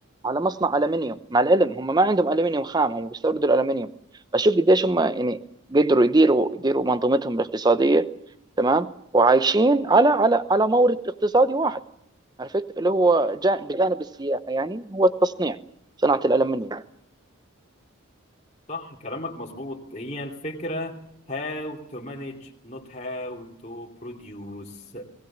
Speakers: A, on the right (about 20°); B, on the left (about 30°).
A: على مصنع الومنيوم مع العلم هم ما عندهم الومنيوم خام هم بيستوردوا الالومنيوم فشوف قديش هم يعني قدروا يديروا يديروا منظومتهم الاقتصاديه تمام وعايشين على على على مورد اقتصادي واحد عرفت اللي هو جان- بجانب السياحه يعني هو التصنيع صناعه الالومنيوم
B: صح كلامك مظبوط هي الفكرة how to manage not how to produce